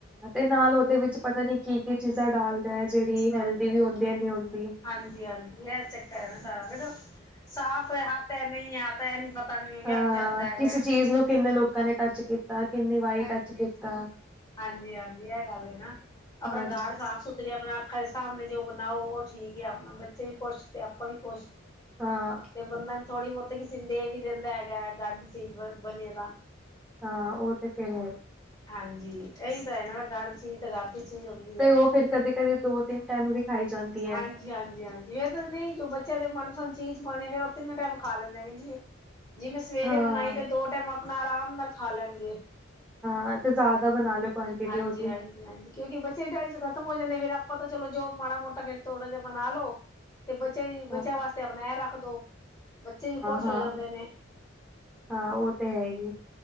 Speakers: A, in the centre; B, on the left (about 20°).
A: ਤੇ ਨਾਲ ਉਹਦੇ ਵਿੱਚ ਪਤਾ ਨੀ ਕੀ-ਕੀ ਚੀਜ਼ਾਂ ਡਾਲਦਾ ਐ, ਜਿਹੜੀ
B: ਹਾਂਜੀ
A: ਹੈਲਦੀ ਵੀ ਹੁੰਦੀ ਐ ਨਹੀਂ ਹੁੰਦੀ।
B: ਹਾਂਜੀ-ਹਾਂਜੀ, ਇਹ ਚੱਕਰ ਐ ਨਾ ਸਾਰਾ, ਵੇਖੋ ਸਾਫ਼ ਹੱਥ ਹੈ ਨਈ ਐ, ਇਹ ਨੀ ਨੀ ਵਹਿਮ
A: ਹਾਂ,
B: ਜਾਂਦਾ ਹੈਗਾ
A: ਕਿਸੇ ਚੀਜ਼ ਨੂੰ ਕਿੰਨੇ ਲੋਕਾਂ ਨੇ ਟੱਚ ਕੀਤਾ, ਕਿੰਨੀ ਵਾਰੀ
B: ਹਾਂਜੀ-ਹਾਂਜੀ-ਹਾਂਜੀ,
A: ਟੱਚ ਕੀਤਾ।
B: ਇਹ ਗੱਲ ਐ ਨਾ, ਆਪਣਾ
A: ਹਾਂਜੀ
B: ਘਰ ਸਾਫ਼ ਸੁਥਰੀ ਆਪਣਾ ਅੱਖਾਂ ਦੇ ਸਾਮਣੇ ਜੋ ਬਣਾਓ ਉਹ ਠੀਕ ਐ, ਆਪਣਾ ਬੱਚੇ ਵੀ ਖੁਸ਼ ਤੇ ਆਪਾਂ ਵੀ ਖੁਸ਼।
A: ਹਾਂ
B: ਤੇ ਬੰਦਾ ਨੂੰ ਥੋੜ੍ਹੀ ਬਹੁਤੀ ਕਿਸੀ ਨੂੰ ਦੇ ਵੀ ਦਿੰਦਾ ਹੈਗਾ, ਗਰ ਦੀ ਚੀਜ਼ ਬਣੀ ਐ ਤਾਂ।
A: ਹਾਂ, ਉਹ ਤੇ ਫੇਰ ਹੈ ਈ।
B: ਹਾਂਜੀ, ਇਹੀ ਤਾਂ ਹੈ ਨਾ, ਗਰ ਚੀਜ਼ ਗਰ ਦੀ ਚੀਜ਼ ਹੁੰਦੀ
A: ਤੇ
B: ਐ।
A: ਉਹ ਫੇਰ ਕਦੇ-ਕਦੇ ਦੋ ਤਿੰਨ ਟਾਈਮ ਵੀ ਖਾਈ ਜਾਂਦੀ ਹੈ
B: ਹਾਂਜ ਜੀ ਹਾਂਜੀ ਇਹ ਤਾਂ ਨਹੀਂ ਜੋ ਬੱਚਿਆਂ ਦੇ ਮਨਪਸੰਦ ਚੀਜ਼ ਬਣੇ ਫੇਰ, ਉਹ ਤਿੰਨ ਟਾਈਮ ਖਾ ਲੈਂਦਾ ਜੀ। ਜਿਵੇੈਂ ਸਵੇਰੇ
A: ਹਾਂ।
B: ਬਣਾਈ ਤੇ ਦੋ ਟਾਈਮ ਆਪਣਾ ਆਰਾਮ ਨਾਲ ਖਾ ਲੈਣਗੇ।
A: ਹਾ ਤੇ ਜ਼ਿਆਦਾ ਬਣਾ ਲੋ ਕੁਆਂਟਿਟੀ
B: ਹਾਂਜੀ
A: ਉਹਦੀ।
B: ਹਾਂਜੀ ਹਾਂਜੀ ਕਿਉਂਕਿ ਬੱਚੇ ਦੇ ਟੈਨਸ਼ਨ 'ਚ ਖਤਮ ਹੋ ਜਾਂਦੇ, ਫੇਰ ਆਪਾਂ ਤਾਂ ਚਲੋਂ ਜੋ ਮਾੜਾ ਮੋਟਾ ਫੇਰ ਥੋੜ੍ਹਾ ਜਿਹਾ ਬਣਾ ਲੋ। ਤੇ ਬੱਚੇ ਵੀ ਬੱਚਿਆਂ
A: ਹਾਂ
B: ਵਾਸਤੇ ਆਪਣਾ ਏ ਰੱਖ ਦੋ, ਬੱਚੇ ਵੀ ਖੁਸ਼
A: ਹਾਂ।
B: ਹੋ ਜਾਂਦੇ ਨੇ।
A: ਹਾਂ ਉਹ ਤੇ ਹੈ ਹੀ ਐ।